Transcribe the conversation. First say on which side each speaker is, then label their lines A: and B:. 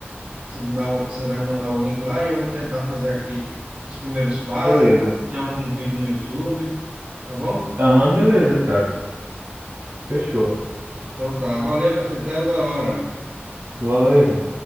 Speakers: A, on the right (about 80°); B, on the right (about 70°).
A: se me dá, o- você vai me mandar o link lá e eu vou tentar fazer aqui os primeiros passos,
B: Beleza.
A: se tem algum vídeo no YouTube, tá bom?
B: Aham, beleza, cara. Fechou.
A: Então tá, valeu, meu filho, até outra hora.
B: Valeu, João.